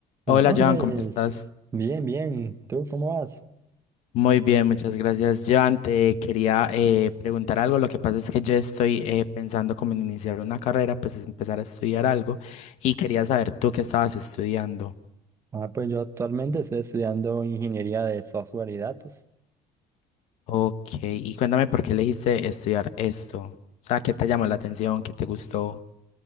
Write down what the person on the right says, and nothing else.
Entonces,
bien, bien. ¿Tú cómo vas?
Ah, pues yo actualmente estoy estudiando ingeniería de software y datos.